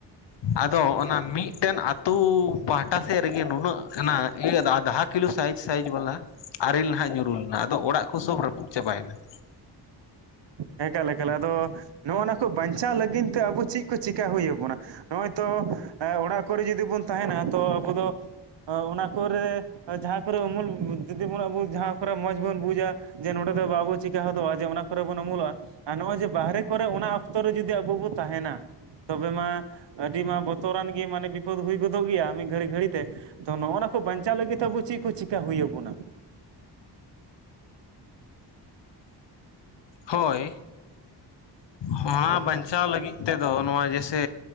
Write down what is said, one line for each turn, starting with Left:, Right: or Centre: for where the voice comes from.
Left: ᱟᱫᱚ ᱚᱱᱟ ᱢᱤᱜᱴᱮᱱ ᱟᱛᱩ ᱯᱟᱦᱴᱟ ᱥᱮᱫ ᱨᱮᱜᱮ ᱱᱩᱱᱟᱹᱜᱼᱼ ᱚᱱᱟ ᱤᱭᱟᱹ ᱫᱟᱜ ᱫᱚ ᱦᱟ <unintelligible> ᱼᱼ ᱠᱤᱞᱳ ᱥᱟᱭᱤᱡ ᱥᱟᱭᱤᱡ ᱵᱟᱞᱟ ᱟᱨᱮᱞ ᱱᱟᱦᱟᱜ ᱧᱩᱨᱩ ᱞᱮᱱᱟ ᱾ ᱟᱫᱚ ᱚᱲᱟᱜ ᱠᱚ ᱥᱚᱵ ᱨᱟᱹᱯᱩᱫ ᱪᱟᱵᱟᱭᱮᱱᱟ ᱾
Right: ᱮᱠᱟᱞ ᱮᱠᱟᱞ, ᱟᱫᱚ ᱱᱚᱜᱼᱚᱭ ᱱᱟ ᱠᱚ ᱵᱟᱸᱧᱪᱟᱣ ᱞᱟᱹᱜᱤᱫ ᱛᱮ ᱟᱵᱚ ᱪᱮᱫ ᱠᱚ ᱪᱤᱠᱟ ᱦᱩᱭ ᱟᱵᱚᱱᱟ? ᱱᱚᱜᱼᱚᱭ ᱛᱚ ᱮᱸ ᱚᱲᱟᱜ ᱠᱚᱨᱮ ᱡᱩᱫᱤ ᱵᱚᱱ ᱛᱟᱦᱮᱸᱱᱟ ᱛᱚ ᱟᱵᱚ ᱫᱚ ᱚᱱᱟ ᱠᱚᱨᱮ ᱡᱟᱦᱟᱸ ᱠᱚᱨᱮ ᱩᱢᱩᱞ ᱡᱩᱫᱤ ᱵᱚᱱ ᱟᱵᱚ ᱡᱟᱦᱟᱸ ᱠᱚᱨᱮ ᱢᱚᱸᱡᱽ ᱵᱚᱱ ᱵᱩᱡᱟ ᱡᱮ ᱱᱚᱸᱰᱮ ᱫᱚ ᱵᱟᱵᱚ ᱪᱤᱠᱟ ᱦᱚᱫᱚᱜᱼᱟ ᱡᱮ ᱚᱱᱟ ᱠᱚᱨᱮ ᱵᱚᱱ ᱩᱢᱩᱞᱚᱜᱼᱟ ᱟᱨ ᱱᱚᱜᱼᱚᱭ ᱡᱮ ᱵᱟᱦᱨᱮ ᱠᱚᱨᱮ ᱚᱱᱟ ᱚᱠᱛᱚ ᱨᱮ ᱡᱩᱫᱤ ᱟᱵᱩ ᱵᱚ ᱛᱟᱦᱮᱸᱱᱟ ᱛᱚᱵᱮ ᱢᱟ ᱟᱹᱰᱤ ᱢᱟ ᱵᱚᱛᱚᱨ ᱟᱱ ᱜᱮ ᱢᱟᱱᱮ ᱵᱤᱯᱚᱹᱫ ᱦᱩᱭ ᱜᱚᱫᱚᱜ ᱜᱮᱭᱟ ᱢᱤᱫ ᱜᱷᱟᱹᱲᱤ ᱜᱷᱟᱹᱲᱤ ᱛᱮ ᱾ ᱛᱚ ᱱᱚᱜᱼᱚ ᱱᱟ ᱠᱚ ᱵᱟᱸᱧᱪᱟᱣ ᱞᱟᱹᱜᱤᱫ ᱛᱮ ᱟᱵᱚ ᱪᱮᱫ ᱠᱚ ᱪᱤᱟᱹ ᱦᱩᱭ ᱟᱵᱚᱱᱟ?
Left: ᱦᱳᱭ ᱦᱚᱸ ᱵᱟᱸᱧᱪᱟᱣ ᱞᱟᱹᱜᱤᱫ ᱛᱮᱫᱚ ᱱᱚᱣᱟ ᱡᱮᱥᱮ